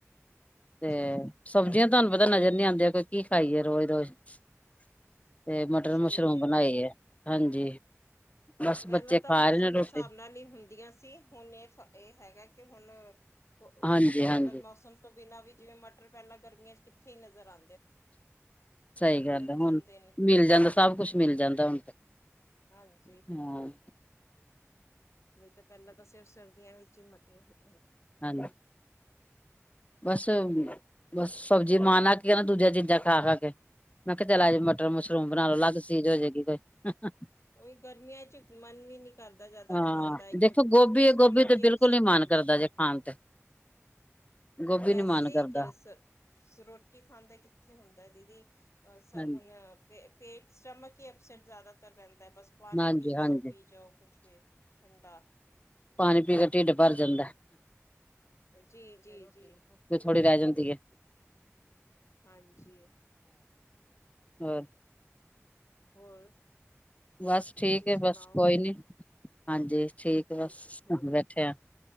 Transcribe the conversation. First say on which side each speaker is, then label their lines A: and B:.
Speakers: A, on the left (about 65°); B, on the left (about 25°).
A: ਅੱਛਾ
B: ਤੇ
A: ਜੀ
B: ਸਬਜ਼ੀਆਂ ਤੁਹਾਨੂੰ ਪੱਤਾ ਨਜ਼ਰ ਨਹੀਂ ਆਦੀਆਂ ਕੋਈ ਕੀ ਖਾਈਏ ਰੋਜ਼-ਰੋਜ਼। ਤੇ ਮਟਰ-ਮਸ਼ਰੂਮ
A: ਸਹੀ
B: ਬਣਾਈ
A: ਵੈਸੇ
B: ਹੈ ਹਾਂਜੀ। <unintelligible> ਬਸ
A: ਪਹਿਲਾਂ
B: ਬੱਚੇ ਖਾ
A: ਤਾਂ ਮੌਸਮ
B: ਰਹੇ ਨੇ
A: ਦੇ
B: ਰੋਟੀ
A: ਸਾਬ ਨਾਲ ਹੀ ਹੁੰਦੀਆਂ ਸੀ ਹੁਣ ਇਹ ਇਹ ਹੈਗਾ ਕਿ ਹੁਨ ਹੱ <unintelligible>
B: ਹਾਂਜੀ ਹਾਂਜੀ
A: ਮੱਤਲਬ ਮੌਸਮ ਤੋਂ ਬਿਨਾਂ ਵੀ ਜਿਵੇਂ ਮੱਟਰ ਪਹਿਲਾਂ ਗਰਮੀਆਂ ਚ ਕਿੱਥੇ ਨੱਜ਼ਰ ਆ
B: ਸੱਹੀ ਗੱਲ ਹੈ
A: ਜਾਂਦੇ
B: ਹੁਣ
A: ਨੇ
B: ਮਿਲ ਜਾਂਦਾ ਸਭ ਕੁਛ ਮਿਲ ਜਾਂਦਾ ਹੁਣ ਤੇ
A: ਹਾਂਜੀ
B: ਹਾਂ।
A: ਨਹੀਂ ਤਾਂ ਪਹਿਲਾਂ ਤਾਂ ਸਿਰਫ ਸਰਦੀਆਂ ਵਿੱਚ ਹੀ ਮ ਤੇ <unintelligible>
B: ਹੈਲੋ ਬੱਸ-ਬੱਸ ਸਬਜ਼ੀ ਮਨ ਅਕ ਨਾ ਦੂਜੀਆਂ ਚੀਜ਼ਾਂ ਖਾ-ਖਾ ਕੇ ਮੈਂ ਕਿਹਾ ਚਲ ਅਜ ਮ ਮਟਰ-ਮਸ਼ਰੂਮ ਬਣਾ
A: ਹਾਂ
B: ਲਓ ਅਲੱਗ ਚੀਜ਼ ਹੋ ਜਾਏਗੀ ਕੋਈ। ਹਾ-ਹਾ
A: ਉਹੀ ਗਰਮੀਆਂ ਚ ਮਨ ਵੀ ਨਹੀਂ ਕਰਦਾ ਜ਼ਿਆਦਾ
B: ਹਾਂ
A: ਖਾਣ ਦਾ ਕਿਉਕਿ
B: ਦੇਖੋ ਗੋਭੀ
A: ਸਟਮਕ
B: ਗੋਭੀ ਤੇ
A: ਹੀ
B: ਬਿਲਕੁਲ
A: ਅਪਸੈਟ
B: ਨੀ ਮਨ
A: ਰਹਿੰਦਾ।
B: ਕਰਦਾ ਜੇ ਖਾਣ ਤੇ ਗੋਭੀ
A: ਵੈਸੇ
B: ਨੀ ਮਨ ਕਰਦਾ
A: ਹੀ ਗੈਸ ਰੋਟੀ ਖਾਂਦਾ ਕਿੱਥੇ ਹੁੰਦਾ। ਦੀਦੀ। ਸ
B: ਹਾਂਜੀ
A: ਹੁਨ ਪੇਟ ਸਟਮਕ ਕੀ ਅਪਸੈਟ ਜ਼ਿਆਦਾਤਰ ਦਾ ਬਸ ਪਾਣੀ
B: ਹਾਂਜੀ
A: ਪੀ,
B: ਹਾਂਜੀ
A: ਜਾਓ ਪੀ ਜਾਓ ਕੁਛ ਵੀ ਠੰਡਾ।
B: ਪਾਣੀ ਪੀ ਕੇ ਢਿੱਡ ਭਰ ਜਾਂਦਾ
A: ਜੀ ਜੀ ਜੀ
B: ਥੋੜੀ ਰਹਿ ਜਾਂਦੀ ਹੈ
A: ਹਾਂਜੀ
B: ਹਮ
A: ਹੋਰ
B: ਬਸ
A: ਤੁਸੀਂ
B: ਠੀਕ
A: ਸੁਣਾਓ
B: ਹੈ ਬਸ ਕੋਈ ਨੀ ਹਾਂਜੀ ਠੀਕ ਬਸ
A: ਹੋਰ
B: ਬੈਠੇਿਆ